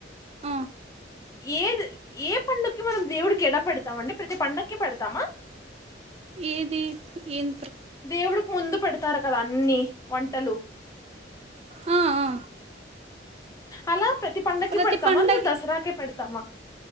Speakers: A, on the right; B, on the left.
A: ఆ,
B: ఏ ఏ పండుగక్కి మనం దేవుడికి ఎలా పెడ్తామండి ప్రతి పండక్కి పెడతామా
A: ఏది ఎం
B: దేవుడికి ముందు పెడతారు కదా అన్ని వంటలు
A: ఆ, ఆ,
B: అలా ప్రతి పండక్కి
A: ప్రతి
B: పెడతామా
A: పండ
B: లేదా దసరాకే పెడతామా